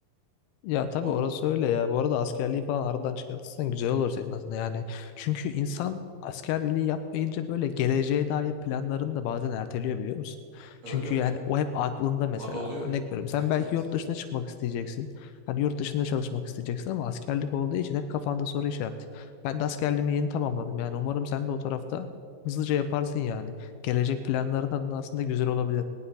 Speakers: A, on the left; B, on the right.
A: Ya tabii
B: On,
A: orası öyle ya. Bu arada askerliği falan aradan çıkartırsan güzel olur senin aslında yani. Çünkü insan askerliği yapmayınca böyle geleceğe dair planlarını da bazen erteliyor biliyor musun?
B: öyle
A: Çünkü
B: öyle.
A: yani o hep aklında mesela.
B: Bana oluyor.
A: Örnek veriyorum sen
B: Evet
A: belki
B: evet.
A: yurt dışına çıkmak isteyeceksin. Hani yurt dışında çalışmak isteyeceksin ama askerlik olduğu için hep kafanda soru işareti. Ben de askerliğimi yeni tamamladım yani umarım sen de o tarafta hızlıca yaparsın yani. Gelecek planların adına aslında güzel olabilir.